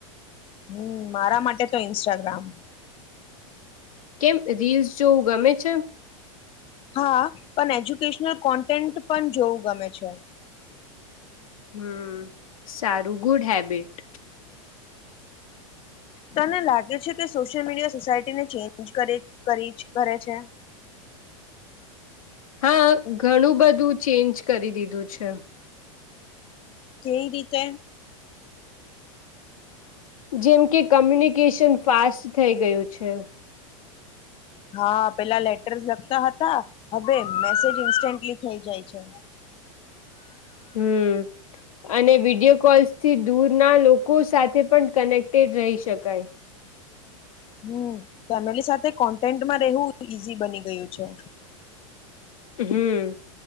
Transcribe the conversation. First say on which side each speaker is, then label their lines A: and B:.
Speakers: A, on the left; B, on the left.
A: હમ મારા માટે તો ઇન્સ્ટાગ્રામ
B: કેમ રીલ્સ જોવું ગમે છે
A: હા પણ એજ્યુકેશનલ કોન્ટેન્ટ પણ જોવું ગમે છે
B: હમ સારું ગુડ હેબિટ
A: તને લાગે છે કે સોશિયલ મીડિયા સોસાયટીને ચેન્જ કરે છે
B: હા ઘણું બધું ચેન્જ કરી દીધું છે
A: કેવી રીતે
B: જેમ કે કમ્યુનિકેશન ફાસ્ટ થઈ ગયું છે
A: હા પેલા લેટર્સ લખતા હતા હવે મેસેજ ઇન્સ્ટન્ટલી થઈ જાય છે
B: હમ અને વિડીિયો કોલ્સ થી દૂરના લોકો સાથે પણ કનેક્ટેડ રહી શકાય
A: હમ ફેમિલી સાથે કોન્ટેન્ટમાં રહેવું ઈઝી બની ગયું છે.
B: હમ,